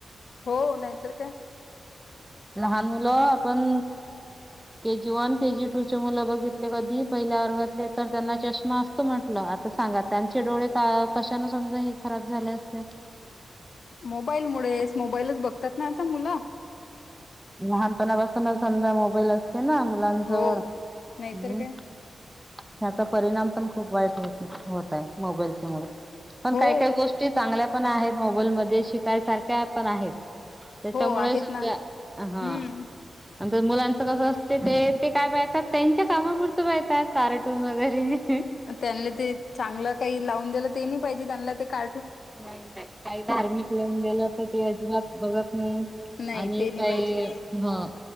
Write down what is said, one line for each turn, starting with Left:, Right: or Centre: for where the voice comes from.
Left: हो नाहीतर काय.
Centre: लहान मुलं आपण के जी वन के जी टूचे मुलं बघितले कधी पहिल्या वर्गातले तर त्यांना चष्मा अस तो म्हटलं आता सांगा त्यांचे डोळे कशाान समजा हे खराब झाले असते.
Left: मोबाईल मुळेच मोबाईलच बघतात ना आता मुलं
Centre: लहानपणापासूनच समजा मोबाईल अस ते ना मुलांजवळ
Left: हो. नाहीतर
Centre: हम्
Left: काय
Centre: त्याचा परिणाम खुप वाईट होताय मोबाईल मूळ, पण
Left: हो
Centre: काही काही गोष्ट चांगल्या - पण आहे मोबाईल मध्ये शिकायसारखं आहेत, त्यामुळे-
Left: हो आहेत
Centre: आ..
Left: ना
Centre: हा...
Left: हम्म
Centre: नंतर मुलांचं कसं असते ते, ते काय पाहतात त्यांच्या कामापुरतं पाहळतात कार्टून वगैरे-
Left: त्यांनी ते चांगलं काही लावून दिलं ते नाही पाहिजे त्यांना ते का-
Centre: नाही- नाही काही धार्मिक लाहून गेलं तर ते अजिबात बघत- नाही
Left: नाही
Centre: आणि
Left: ते नाही
Centre: काही
Left: पाहिजे
Centre: हं...